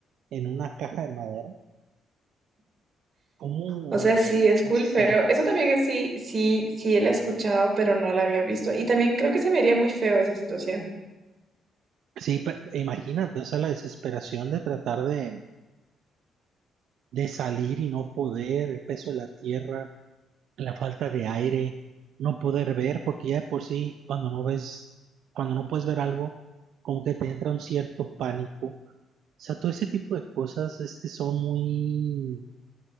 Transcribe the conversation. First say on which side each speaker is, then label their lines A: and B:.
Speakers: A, on the right (about 75°); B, on the right (about 45°).
A: en una caja de madera. ¿Cómo?
B: O sea, sí, es
A: No
B: full
A: sé.
B: feo. Eso también es sí, sí, sí la he escuchado, pero no la había visto. Y también creo que se me haría muy feo esa situación.
A: Sí, pe- imagínate, o sea, la desesperación de tratar de, de salir y no poder, el peso de la tierra. la falta de aire, no poder ver, porque ya de por sí cuando no ves, cuando no puedes ver algo, como que te entra un cierto pánico. O sea, todo ese tipo de cosas, este, son muy,